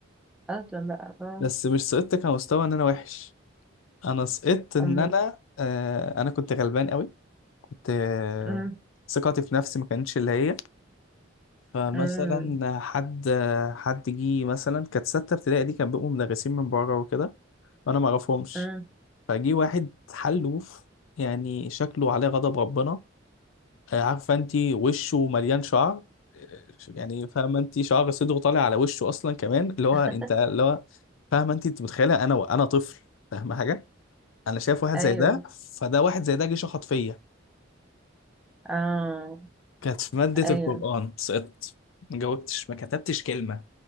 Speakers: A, in the centre; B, on the left.
A: أصلا بقى آه،
B: بس مش سقطت كمستوى إن أنا وحش أنا سقطت إن
A: أما
B: أنا آه، أنا كنت غلبان قوي كنت آه،
A: أمم،
B: ثقتي في نفسي ما كانتش اللي هي فمثلا
A: أمم،
B: حد آه، حد جه مثلا كانت ستة ابتدائي دي كان بيبقوا مدرسين من بره وكده وأنا ما أعرفهمش
A: أمم.
B: فجي واحد حلوف يعني شكله عليه غضب ربنا آه، عارفه انت وشه مليان شعر آه، يعني فاهمه انت شعر صدره طالع على وشه اصلا كمان اللي هو
A: <laughs>
B: انت اللي هو فاهمه انت انت متخيله انا انا طفل فاهمه حاجه انا شايف واحد
A: أيوه
B: زي ده فده واحد زي ده جه شخط فيا
A: آه
B: كانت في ماده
A: أيوه
B: القران سقطت ما جاوبتش ما كتبتش كلمه